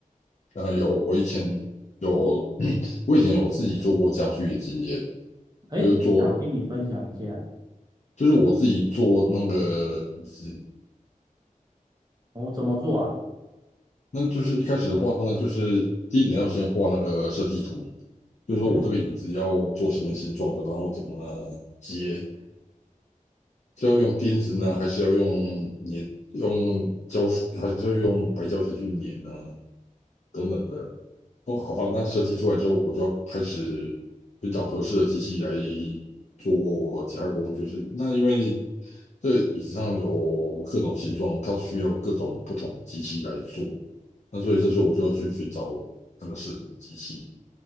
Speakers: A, on the left (about 55°); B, on the right (about 30°).
A: 嗯，啊、呃有我以前有 <clears throat> 我以前有自己做过家具的经验，
B: 诶，
A: 就是做
B: 想听你分享一下，
A: 就是我自己做那个椅子，
B: 我、怎么做啊？
A: 那就是一开始的话呢，就是第一点要先画那个设计图，就是说我这个椅子要做什么形状的，
B: 嗯。
A: 然后怎么接，是要用钉子呢，还是要用粘，用胶水，还是要用白胶水去粘呢？等等的。哦，好吧，那设计出来之后，我就要开始寻找合适的机器来做加工。就是那因为这椅子上有各种形状，它需要各种不同的机器来做。那所以这时候我就要去寻找那个适合的机器，